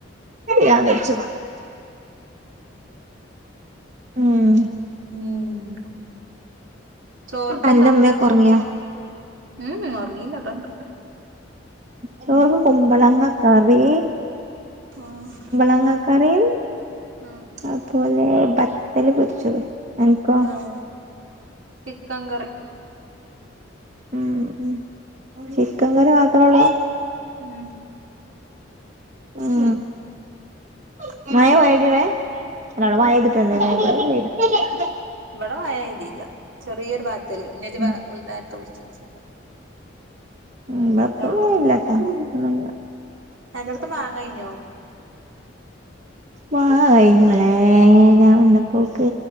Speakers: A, on the right; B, on the right.
A: <unintelligible> ഉം
B: ഉം ചോർക്കെന്താ
A: അന്റെമ്മയൊക്കെ ഒറങ്ങിയോ
B: ഉം ഒർങ്ങീല്ല അടെണ്ട്
A: ചോർക്ക് കുമ്പളങ്ങ കറി
B: ആഹ്
A: മാങ്ങ കറീം
B: ആഹ്
A: അത് പോലെ ബത്തല് പൊര്ച്ചതും അനക്കോ
B: ഏ ചിക്കം കറി
A: ഉം ഉം ചിക്കൻ കറി മാത്രേള്ളൂ
B: ഉം
A: ഉം മഴ <unintelligible> അവടെ മഴ പൈതിട്ടന്നെല്ലല്ലോ ഇബടെ ന്ന് പെയ്തു
B: ഇബടെ മയയ്തില്ല ചെറിയൊരു പാറ്റല് പിന്നെ ഇജ്ജ്
A: ഉം
B: വൈയ്നാര്ത്ത് വിൾച്ചച്ചേരം
A: ഉം ഇബടെ പ്പ
B: ഒള്ളു
A: മഴല്ലാട്ടോ പ്പൊന്നൂല്ല
B: അന്റോട്ത്തെ മാങ്ങാഴിഞ്ഞോ?
A: മാങ്ങ കഴിഞ്ഞ്‌ വളെ ഞാൻ വന്നപ്പോക്ക്